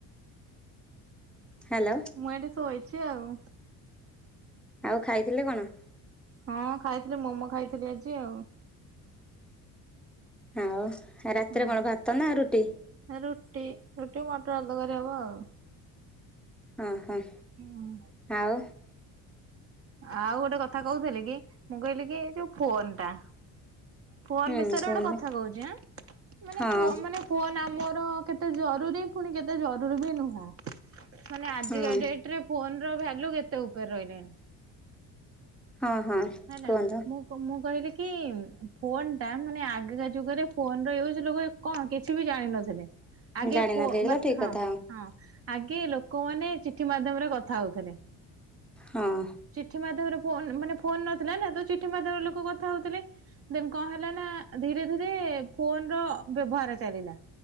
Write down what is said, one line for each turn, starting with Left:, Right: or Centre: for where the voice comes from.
Centre: ହ୍ୟାଲୋ।
Right: ମୁଁ ଏଇଠି ଶୋଇଛି ଆଉ।
Centre: ଆଉ ଖାଇଥିଲେ କଣ?
Right: ହଁ ଖାଇଥିଲି ମୋମୋ ଖାଇଥିଲି ଆଜି ଆଉ।
Centre: ଆଉ ରାତିରେ
Right: ହଁ।
Centre: କଣ ଭାତ ନା ରୁଟି?
Right: ରୁଟି ରୁଟି ମଟରଆଳୁ ତରକାରି ହବ ଆଉ।
Centre: ଓ ହଁ।
Right: ହୁଁ
Centre: ଆଉ
Right: ଆଉ ଗୋଟେ କଥା କହୁଥିଲେ କି! ମୁଁ କହିଲି କି ଏ ଯୋଉ ଫୋନ ଟା ଫୋନ
Centre: ହୁଁ
Right: ବିଷୟରେ
Centre: କୁହନ୍ତୁ
Right: ଗୋଟେ କଥା କହୁଚ ଆଁ ମାନେ
Centre: ହଁ
Right: ଫୋ ମାନେ ଫୋନ ଆମର କେତେ ଜରୁରୀ ପୁଣି କେତେ ଜରୁରୀ ବି ନୁହଁ ମାନେ ଆଜିକା
Centre: ହଁ
Right: ଡେଟ୍ ରେ ଫୋନ ର ଭାଲ୍ୟୁ କେତେ ଉପରେ ରହିଲାଣି।
Centre: ହଁ ହଁ।
Right: ହେଲା
Centre: କୁହନ୍ତୁ।
Right: ମୁଁ ମୁଁ କହିଲି କି ଫୋନ୍ ଟା ମାନେ ଆଗିକା ଯୁଗରେ ଫୋନ ର ୟୁଜ ଲୋକ କଣ କିଛି ବି ଜାଣିନଥିଲେ ଆଗେ
Centre: ଜାଣିନଥିଲି
Right: ପୁ ଅ ମା
Centre: ତ ଠିକ
Right: ହଁ
Centre: କଥା
Right: ହଁ ଆଗେ ଲୋକମାନେ ଚିଠି ମାଧ୍ୟମରେ କଥା ହଉଥିଲେ।
Centre: ହଁ।
Right: ଚିଠି ମାଧ୍ୟମରେ ଫୋନ ମାନେ ଫୋନ ନଥିଲା ନା ତ ଚିଠି ମାଧ୍ୟମରେ ଲୋକ କଥା ହଉଥିଲେ। ଦେନ କଣ ହେଲା ନା ଧୀରେ ଧୀରେ ଫୋନ ର ବ୍ୟବହାର ଚାଲିଲା।